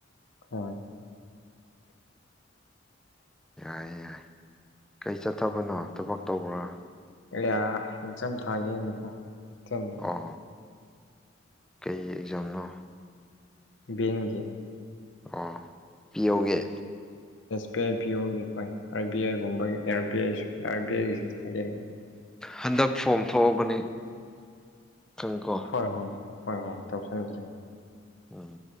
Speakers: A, on the left; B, in the centre.
A: ꯍꯣꯏ
B: ꯌꯥꯏ ꯌꯥꯏ ꯀꯩ ꯆꯠꯊꯕꯅꯣ ꯊꯕꯛ ꯇꯧꯕ꯭ꯔꯥ
A: ꯌꯥ ꯑꯦꯛꯖꯥꯝ ꯊꯥꯒꯦꯅꯀꯣꯗ
B: ꯑꯣ ꯀꯩ ꯑꯦꯛꯖꯥꯝꯅꯣ
A: ꯕꯤꯦꯡꯒꯤ
B: ꯑ ꯄꯤꯌꯧꯒꯦ
A: ꯄꯤ ꯑꯥꯏ ꯄꯤ ꯑꯣꯒꯤ ꯍꯣꯏ ꯑꯥꯔ ꯕꯤ ꯑꯥꯏꯒꯨꯝꯕꯒꯤ R B I R B ꯑꯥꯏꯒꯤꯁꯨ ꯊꯥꯒꯦꯅꯦ
B: ꯍꯟꯗꯛ ꯐꯣꯝ ꯊꯣꯛꯑꯕꯅꯤ ꯈꯪ ꯀꯣ
A: ꯍꯣꯏ ꯍꯣꯏ ꯍꯣꯏ ꯍꯣꯏ ꯇꯧꯁꯤꯟꯈ꯭ꯔꯦ
B: ꯎꯝ